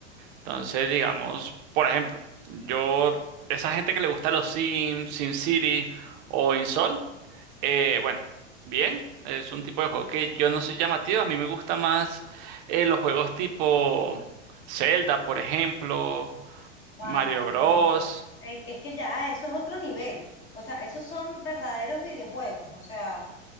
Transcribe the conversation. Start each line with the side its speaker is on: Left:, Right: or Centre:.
Right: Entonces, digamos, por ejemplo, yo, esa gente que le gusta los Sims, SimCity o InSol. Eh, bueno, bien, es un tipo de juego que yo no soy llamativo, a mí me gusta más eh, los juegos tipo Zelda, por ejemplo, Mario
Left: Wow,
Right: Bros.
Left: pero es es que ya eso es otro nivel. O sea, esos son verdaderos videojuegos. O sea,